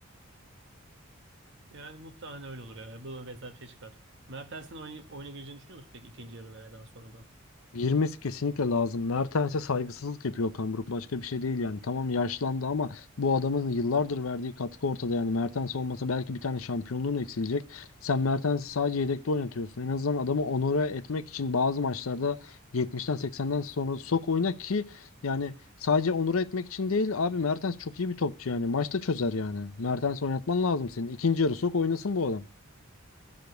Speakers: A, on the right; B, on the left.
A: Yani muhtemelen öyle olur ya. Böyle benzer bir şey çıkar. Mertens'in oyun, oyuna gireceğini düşünüyor musun peki ikinci yarı veya daha sonradan?
B: Girmesi kesinlikle lazım. Mertens'e saygısızlık yapıyor Okan Buruk. Başka bir şey değil yani. Tamam yaşlandı ama bu adamın yıllardır verdiği katkı ortada yani. Mertens olmasa belki bir tane şampiyonluğun eksilecek. Sen Mertens'i sadece yedekte oynatıyorsun. En azından adamı onore etmek için bazı maçlarda 70'ten 80'den sonra sok oyna ki yani sadece onore etmek için değil abi Mertens çok iyi bir topçu yani. Maçta çözer yani. Mertens'i oynatman lazım senin. İkinci yarı sok oynasın bu adam.